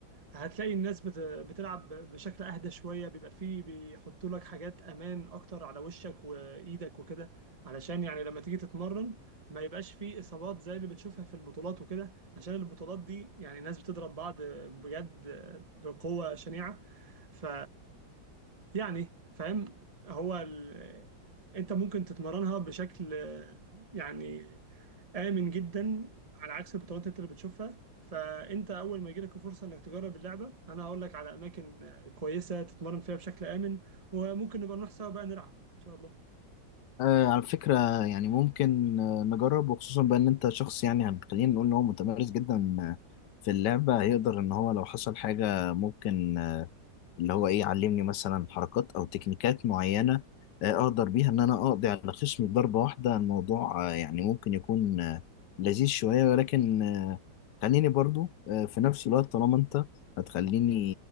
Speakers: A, on the right (about 20°); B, on the left (about 70°).
A: هتلاقي الناس بت... بتلعب ب- بشكل اهدى شوية بيبقى فيه بيحطوا لك حاجات امان اكتر على وشك وايدك وكده علشان يعني لما تيجي تتمرن ما يبقاش فيه اصابات زي اللي بتشوفها في البطولات وكده عشان البطولات دي يعني ناس بتضرب بعض آه، بجد آه، بقوة شنيعة ف يعني فاهم هو ال... انت ممكن تتمرنها بشكل آه، يعني آمن جدا على عكس البطولات اللي انت اللي بتشوفها فأنت أول ما يجيلك فرصة إنك تجرب اللعبة أنا هقول لك على أماكن آه، كويسة تتمرن فيها بشكل آمن وممكن نبقى نروح سوا بقى نلعب إن شاء الله
B: آه على فكره يعني ممكن آه، نجرب وخصوصا بان انت شخص يعني هن- خلينا نقول ان هو متمرس جدا آه، في اللعبه هيقدر ان هو لو حصل حاجه ممكن آه، اللي هو ايه علمني مثلا حركات او تكنيكات معينه آه، اقدر بيها ان انا اقضي على خصمي بضربه واحده الموضوع آه، يعني ممكن يكون آه، لذيذ شويه ولكن آه، خليني برضو آه، في نفس الوقت طالما انت هتخليني